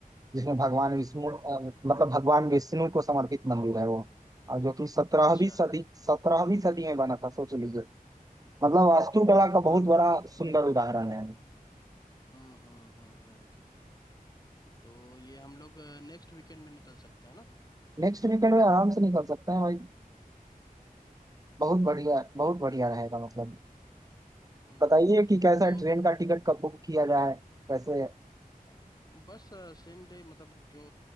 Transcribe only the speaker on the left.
हम्म
हम्म
अच्छा
वाह, बहुत
पुराना
हम्म हम्म हम्म हम्म तो ये हम लोग नेक्स्ट वीकेंड में निकल सकते हैं ना
हम्म
हम्म
तो
अ, बस सेम डे मतलब जो